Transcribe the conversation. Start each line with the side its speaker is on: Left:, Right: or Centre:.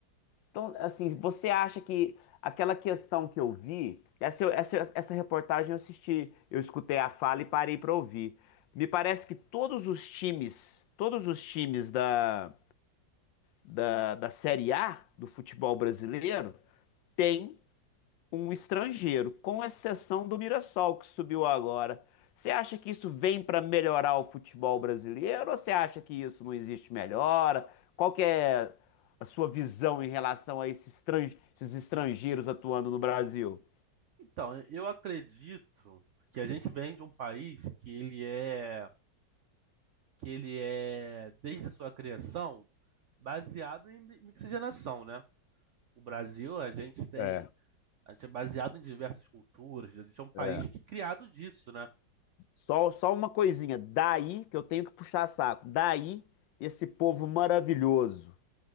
Left: Então, assim, você acha que aquela questão que eu vi, essa, eu- essa, essa reportagem eu assisti, eu escutei a fala e parei para ouvir. Me parece que todos os times, todos os times da, da, da Série A do futebol brasileiro têm um estrangeiro, com exceção do Mirassol que subiu agora. Você acha que isso vem para melhorar o futebol brasileiro ou você acha que isso não existe melhora? Qual que é a sua visão em relação a esses estran- esses estrangeiros atuando no Brasil?
Right: Então, eu acredito que a gente vem de um país que ele é, que ele é, desde sua criação, baseado em mi- mixigenação, né? O Brasil, a gente tem
Left: É,
Right: A gente é baseado em diversas culturas, a gente é um país
Left: é.
Right: que é criado disso, né?
Left: Só, só uma coisinha, daí que eu tenho que puxar saco, daí esse povo maravilhoso,